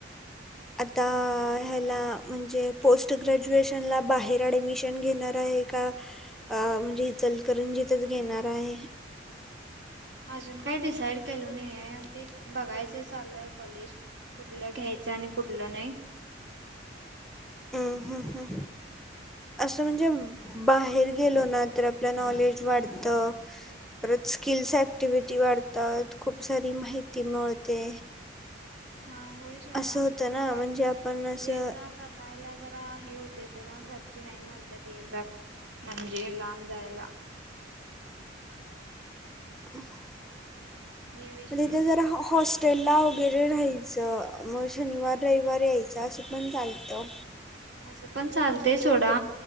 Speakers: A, in the centre; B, on the right (about 65°).
A: आता ह्याला म्हणजे पोस्ट ग्रॅज्युएशन ला बाहेर ऍडमिशन घेणार. का म्हणजे इचलकरंजीतच घेणार आहे.
B: अजून काही डिसाईड केलो नाही आहे ते बघायच चालू आहे कॉलेज. कुठलं घ्यायचं आणि कुठलं नाही.
A: हम्म ह असं म्हणजे बाहेर. गेलो ना तर आपलं नॉलेज वाढत. परत स्किल्स ऍक्टिव्हटी वाढतात खूप सारी माहिती मिळते.
B: हा होय सोडा
A: असं होतं ना
B: पण
A: म्हणजे आपण असं
B: ये ज करायला जरा हे होते सोडा घर. नाही म्हणत ते म्हणजे लांब जायला.
A: <unintelligible>
B: <inaudible>
A: म्हणजेथे
B: आहे
A: जरा हॉस्. टेला वगैरे राहायचं मग शनिवार रविवार यायचं असं पण चालतं.
B: असं पण चालतेय सोडा